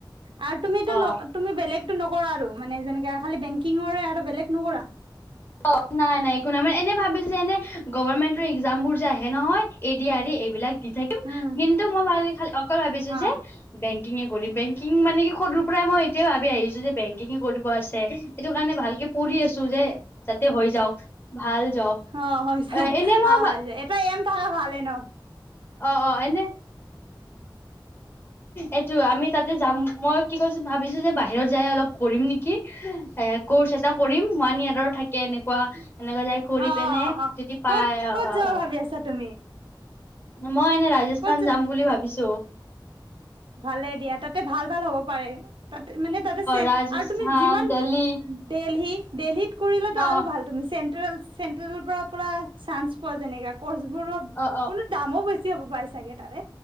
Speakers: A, on the right; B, on the left.
A: আৰু তুমিটো ন
B: অ
A: তুমি বেলেগ। নকৰা আৰু মানে যেনে খালি বেংকিঙৰে আৰু বেলেগ নকৰা।
B: অ নাই নাই একো নাই মান এনে ভাবিছো যে এনে গভমেন্টৰ একজাম বোৰ যে আহে নহয় এদি আৰি এইবিলাক দি থাকিম
A: উম
B: কিন্তু মই খাল অকল ভাবিছো
A: হ
B: যে বেংক বেংকিং এ কৰিম বেংকিং মানে সৰুৰ পৰাই মই ভাবি আহিছোঁ বেংকিং যে কৰিব আছে হেইটো কাৰণে ভালকে পঢ়ি আছো যে। যাতে হৈ যাওক ভাল। জব
A: অ হৈছে
B: এনে মই
A: অ হৈছে এটা এম থকা ভালে ন।
B: অ অ এনে এইটো আমি তাতে যাম মই। কি কৈছ ভাবিছো যে বাহিৰত যাই অলপ কৰিম নেকি এ কৰ্চ এটা কৰিম ওৱান ইয়েৰৰ থাকে এনেকুৱা। এনেকুৱা যাই কৰি
A: অ
B: পিনে
A: অ
B: যদি পাই
A: ক'ত
B: অ
A: ক'ত
B: অ
A: যাব
B: অ
A: ভাবি আছা তুমি।
B: মই এনে ৰাজস্থান
A: ক'ত য
B: যাম বুলি ভাবিছো। অ
A: ভালে দিয়া তাতে ভাল ভাল হ'ব পাৰে। তাতে মানে তাতে আছে
B: ৰাজস্থান
A: আৰু তুমি যিমান
B: দেল্লী
A: দেলহি দিল্লী কৰিলো
B: অ
A: আৰু ভাল তুমি চেন্ট্ৰেল চেন্ট্ৰেল পৰা পৰা চানচ। পোৱা যেনেকা কৰ্চ বোৰ
B: অ অ
A: কোনো দামো বেছি। কি হ'ব পাই চাগে তাৰে।